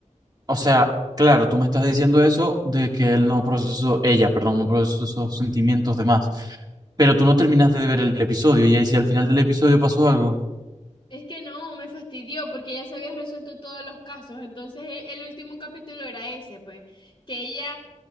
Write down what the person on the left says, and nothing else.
es que no, me fastidió porque ya se había resuelto todos los casos. Entonces, e- el último capítulo era ese, pues, que ella,